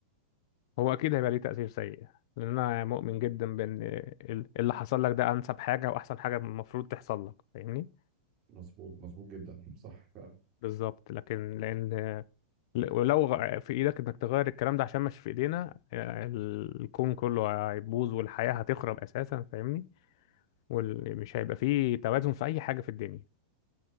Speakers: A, on the left; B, on the right.
A: هو اكيد هيبقى ليه تأثير سيء لان انا مؤمن جدا بان ال- اللي حصل لك ده انسب حاجة واحسن حاجة المفروض تحصل لك فاهمني
B: مظبوط مظبوط جدا صح فعلا
A: بالظبط لكن لان ولو غ- في ايدك انك تغير الكلام ده عشان مش في ايدينا ال- الكون كله هيبوظ والحياة هتخرب اساسا فاهمني ومش هيبقى فيه توازن في اي حاجة في الدنيا